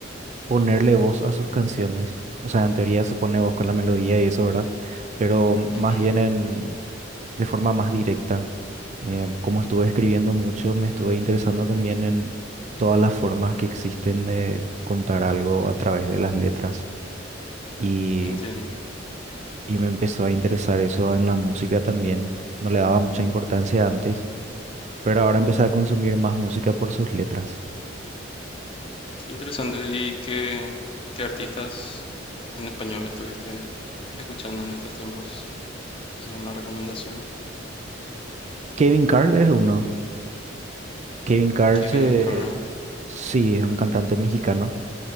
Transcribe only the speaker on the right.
ponerle voz a sus canciones. O sea, en teoría se pone voz con la melodía y eso, ¿verdad? Pero
más bien en, de forma más directa. Eh, como estuve escribiendo mucho, me estuve interesando también en todas las formas que existen de contar algo a través de las letras. Y,
y me empezó a interesar eso en la música también. No le daba mucha importancia antes, pero ahora empecé a consumir más música por sus letras.
Kevin Carl es uno. Kevin Carl
se...
sí, es un cantante mexicano